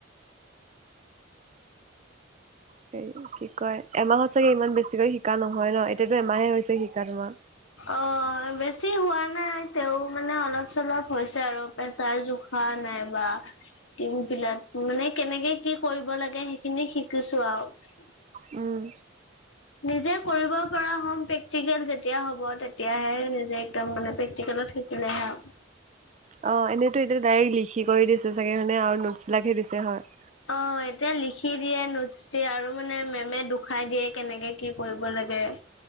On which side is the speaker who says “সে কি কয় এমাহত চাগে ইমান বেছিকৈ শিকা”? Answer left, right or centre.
Right